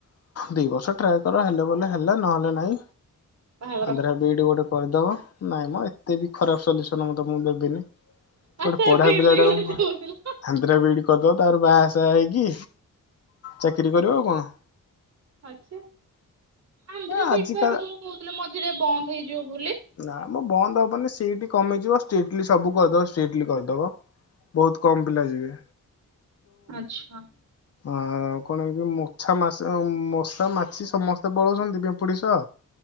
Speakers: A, on the left; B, on the right.
A: ଦି ବର୍ଷ ଟ୍ରାଏ କର ହେଲେ ବୋଲେ ହେଲେ ନହେଲେ ନାଇଁ।
B: ବାହାଘର
A: ଆନ୍ଧ୍ରା ବିଇଡି଼ ଗୋଟେ କରିଦବ। ନାଇଁ ମ ଏତେ ବି ଖରାପ ସଲ୍ୟୁସନ ମୁ ତମକୁ ଦେବି। ଦେବି।
B: ଆଚ୍ଛା
A: ଗୋଟେ ପଢାପିଲାଟାକୁ
B: ଏବେ ଏମିତି ଗୋଟେ
A: ମୁଁ
B: ଦଉଥିଲ
A: କଣ ଆନ୍ଧ୍ରା ବିଇଡି଼ କରିଦବ। ତାପରେ ବାହାସାହା ହେଇକି ଚାକିରି କରିବ ଆଉ କଣ।
B: ଆଛା। ଆନ୍ଧ୍ରା
A: ଏ
B: ବିଇଡ
A: ଆଜିକା
B: ପା ଏବେ କଣ କହୁଥିଲେ ମଝିରେ ବନ୍ଦ ହେଇଯିବ ବୋଲି।
A: ନା ମ ବନ୍ଦ ହବନି ସିଇଟ୍ କମିଯିବ ଷ୍ଟିଟଲି ସବୁ କରିଦବ ଷ୍ଟିଟଲି କରିଦବ। ବହୁତ୍ କମ ପିଲା ଯିବେ।
B: ଆଚ୍ଛା।
A: ଆ କଣ କି ମଛା ମାଶି ମଶା ମାଛି ସମସ୍ତେ ପଳଉଛନ୍ତି। ପିମ୍ପୁ ପିମ୍ପୁଡ଼ି ସହ